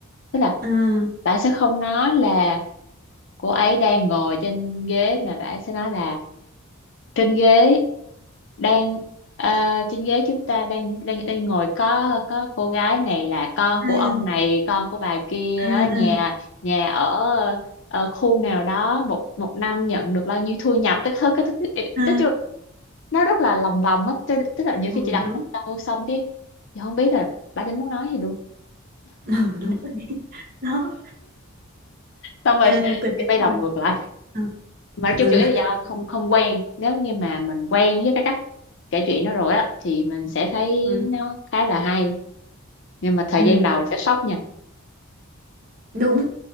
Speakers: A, on the left; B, on the right.
A: tức là
B: ừ
A: bà sẽ không nói là cô ấy đang ngồi trên ghế mà bà sẽ nói là trên ghế đang à, trên ghế chúng ta đang đang đang ngồi có có cô gái này là con
B: ừ
A: của ông này con của bà kia
B: ừ
A: đó nhà
B: ừ
A: nhà ở ờ, khu nào đó một một năm nhận được bao nhiêu thu nhập tức thứ cái thứ
B: ừ
A: tức nó rất là lòng vòng á tức tức là nhiều
B: ừ,
A: khi chị đặt
B: đúng
A: một câu xong cái chị không biết là bà đến muốn nói gì luôn
B: ừ, đúng rồi <laughs> đó
A: xong rồi
B: Ờ,
A: <laughs>
B: quyển
A: chị
B: đấy
A: phải
B: là
A: làm ngược lại
B: ừ,
A: mà nói chung
B: ừ,
A: chủ yếu là do không không quen nếu như mà mình quen với cái cách kể chuyện đó rồi á thì mình sẽ thấy
B: ừ,
A: nó khá là hay nhưng mà thời
B: ừ,
A: gian đầu sẽ sốc nha
B: đúng